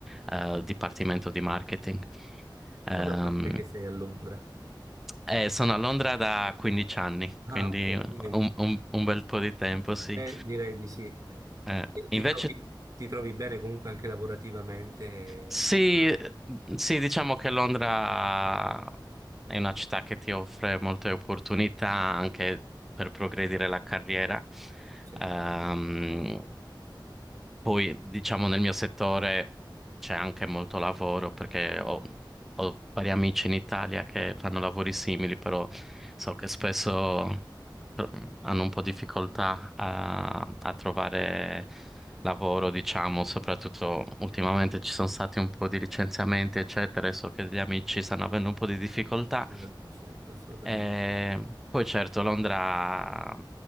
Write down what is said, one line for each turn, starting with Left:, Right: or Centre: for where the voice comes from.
Centre: eh, dipartimento di marketing. Ehm,
Right: tu da quant'è che sei a Londra?
Centre: e sono a Londra da 15 anni,
Right: Ah,
Centre: quindi
Right: ok, quindi è un
Centre: un,
Right: po'.
Centre: un- un bel po' di tempo, sì.
Right: Eh, direi di sì.
Centre: Eh,
Right: E ti
Centre: invece
Right: trovi, ti trovi bene comunque anche lavorativamente,
Centre: Sì,
Right: eh, parla-
Centre: mhmm, sì, diciamo che Londra è una città che ti offre molte opportunità anche per progredire la carriera.
Right: certo,
Centre: Ehm, poi, diciamo, nel mio settore c'è anche molto lavoro perché ho, ho vari amici in Italia che fanno lavori simili, però so che spesso tro- hanno un po' difficoltà a, a trovare lavoro, diciamo, soprattutto ultimamente ci sono stati un po' di licenziamenti, eccetera, e so che gli amici stanno avendo un po' di difficoltà.
Right: certo, certo, assolutamente.
Centre: E poi certo, Londra,